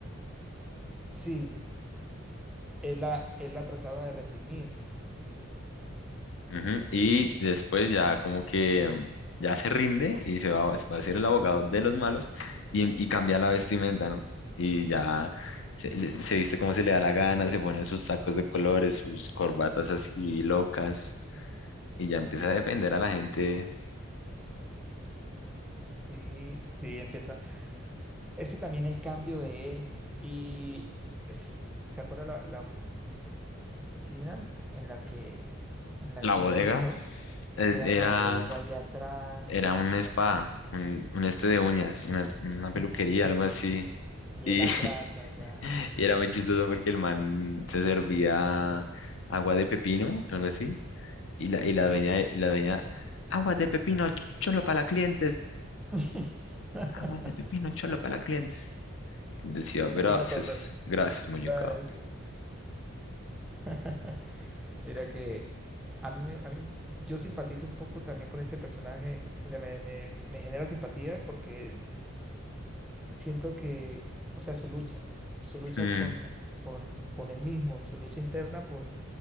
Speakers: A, in the centre; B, on the left.
A: Sí, él la, él la trataba de reprimir.
B: Ujú, Y después ya como que mm, ya se rinde y se va, va a ser el abogado de los malos y, em- y cambia la vestimenta, ¿no? Y ya se, le- se viste como se le da la gana, se pone sus sacos de colores, sus corbatas así locas. y ya empecé a defender a la gente.
A: Sí, sí, empezó. a- Ese también el cambio de él. Y es- ¿se acuerda la, la oficina en la que, en la
B: La
A: que
B: bodega
A: él empezó?
B: eh,
A: Que era
B: era,
A: una bodega ahí atrás.
B: era un spa, un, un este de uñas, una, una
A: <laughs>
B: peluquería,
A: Sí,
B: algo así.
A: y
B: Y,
A: él atrás
B: <laughs>
A: allá. Ah,
B: y era muy chistoso porque el man se servía agua de pepino, algo así. Y la, y la
A: sí.
B: dueña, y la dueña, agua de pepino, cholo para las clientes.
A: <laughs>
B: Agua de pepino, cholo para las clientes. Y decía, gracias,
A: No me acordaba
B: gracias, muñeca.
A: de eso. <laughs> Mira que a mí, me, a mí, yo simpatizo un poco también con este personaje, o sea, me, me, me genera simpatía porque siento que, o sea, su lucha, su lucha
B: Mm,
A: con, con, con él mismo, su lucha interna por